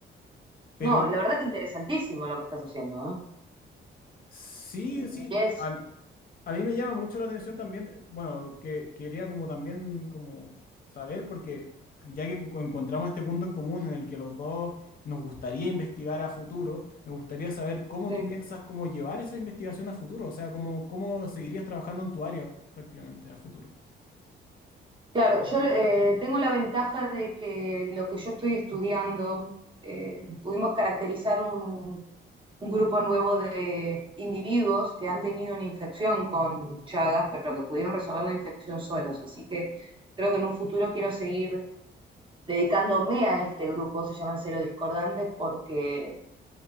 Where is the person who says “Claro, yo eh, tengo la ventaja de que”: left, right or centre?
Right